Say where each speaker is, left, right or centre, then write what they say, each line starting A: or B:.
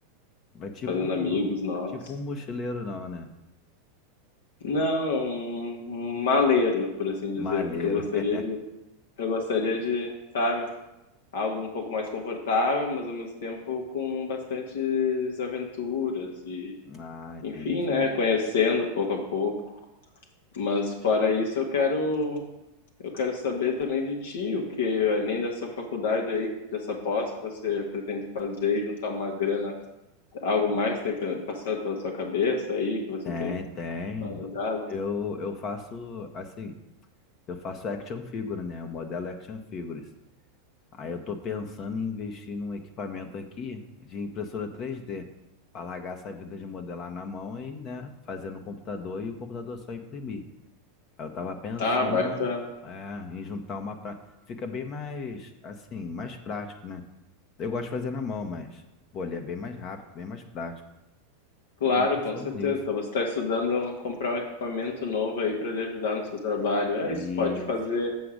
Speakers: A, on the left; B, on the left.
A: Vai tipo,
B: fazendo amigos novos.
A: tipo um mochileiro não, né?
B: Não, um um maleiro, por assim dizer,
A: Maleiro.
B: porque eu gostaria
A: <laughs>
B: de, eu gostaria de, sabe, algo um pouco mais confortável, mas ao mesmo tempo com bastantes aventuras e,
A: Ah, entendi.
B: enfim, né, conhecendo pouco a pouco. Mas fora isso, eu quero, eu quero saber também de ti, o que além dessa faculdade aí, dessa pós que você pretende fazer, e juntar uma grana, algo mais tem pe- passado pela sua cabeça aí que você
A: Tem,
B: tem
A: tem.
B: planejado?
A: Eu, eu faço assim, eu faço action figure, né? Eu modelo é action figures. Aí eu tô pensando em investir num equipamento aqui de impressora 3D, para largar essa vida de modelar na mão e, né, fazer no computador e o computador só imprimir. Aí eu tava pensando,
B: Ah, bacana.
A: é, em juntar uma pra... Fica bem mais, assim, mais prático, né? Eu gosto de fazer na mão, mas, pô, ele é bem mais rápido, bem mais prático.
B: Claro,
A: Eu tava pensando
B: com certeza.
A: nisso.
B: Então, você está estudando comprar um equipamento novo aí para lhe ajudar no seu trabalho. É,
A: Isso.
B: isso pode fazer,